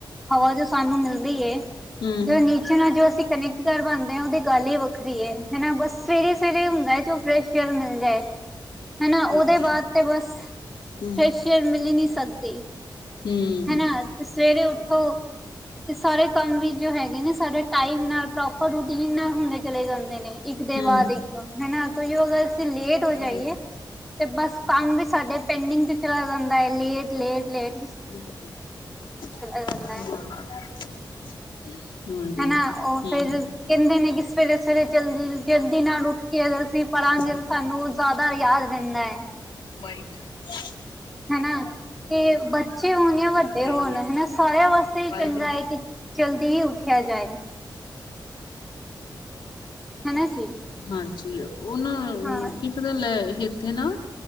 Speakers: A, in the centre; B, on the left.
A: ਹਵਾ ਜੋ ਸਾਨੂੰ ਮਿਲਦੀ ਏ
B: ਹੂੰ
A: ਜੋ ਨੀ ਪੰਛੀਆ ਨਾਲ ਅਸੀਂ ਕਨੈਕਟ ਕਰ ਪਾਂਦੇ ਉਹਦੀ ਗੱਲ ਈ ਵੱਖਰੀ ਏ ਹਨਾ ਬਸ ਸਵੇਰੇ ਸਵੇਰੇ ਹੁੰਦਾ ਐ ਜੋ ਫਰੈਸ਼ ਸ਼ਾਇਦ ਮਿਲ ਜਾਏ, ਹਨਾ ਉਹਦੇ
B: ਹਾਂਜੀ
A: ਬਾਅਦ ਤੇ ਬਸ,
B: ਹੂੰ
A: ਫਸ਼ ਫੇਰ ਮਿਲੀ ਨੀ ਸਕਦੀ,
B: ਹੂੰ
A: ਹਨਾ ਤੇ ਸਵੇਰੇ ਉੱਠੋ ਤੇ ਸਾਰੇ ਕੰਮ ਵੀ ਜੋ ਹੈਗੇ ਨੇ ਸਾਰੇ ਟਾਈਮ ਨਾਲ ਪ੍ਰੋਪਰ ਰੂਟੀਨ ਨਾਲ ਹੁੰਦੇ ਚਲੇ ਜਾਂਦੇ ਨੇ ਇੱਕ ਦੇ
B: ਹੂੰ
A: ਬਾਅਦ ਇੱਕ ਹਨਾ ਤਾਂ ਜੋ ਅਗਰ ਅਸੀਂ ਲੇਟ ਹੋ
B: ਵਾਹਿਗੁਰੂ
A: ਜਾਈਏ, ਤੇ ਬਸ ਕੰਮ ਵੀ ਸਾਡੇ ਪੈਂਡਿੰਗ ਚ ਚਲਾ ਜਾਂਦਾ ਏ ਲੇਟ-ਲੇਟ-ਲੇਟ
B: <inaudible>
A: ਜਾਂਦਾ ਹੈ ਹਨਾ
B: ਹੂੰ
A: ਉਹ ਫਿਰ ਕਹਿੰਦੇ ਨੇ ਕਿ ਸਵੇਰੇ-ਸਵੇਰੇ ਜਲਦੀ-ਜਲਦੀ ਨਾਲ ਉੱਠ ਕੇ ਅਗਰ ਅਸੀਂ ਪੜਾਂਗੇ
B: ਵਾਹਿਗੁਰੂ
A: ਸਾਨੂੰ ਜ਼ਿਆਦਾ ਯਾਦ ਰਹਿੰਦਾ ਐ।
B: <inaudible>
A: ਹਨਾ, ਤੇ ਬੱਚੇ ਹੋਣ ਜਾ ਵੱਡੇ
B: ਵਾਹਿਗੁਰੂ
A: ਹੋਣ ਹਨਾ ਸਾਰਿਆਂ ਵਾਸਤੇ
B: ਵਾਹਿਗੁਰੂ
A: ਚੰਗਾ ਕਿ ਜਲਦੀ ਹੀ ਉਠਿਆ ਜਾਏ, ਹਨਾ ਜੀ।
B: ਹਾਂਜੀ, ਉਨਾ ਨਾਲ
A: ਹਾਂ
B: ਕੀ ਪਤਾ ਲੈ ਇੱਥੇ ਨਾ,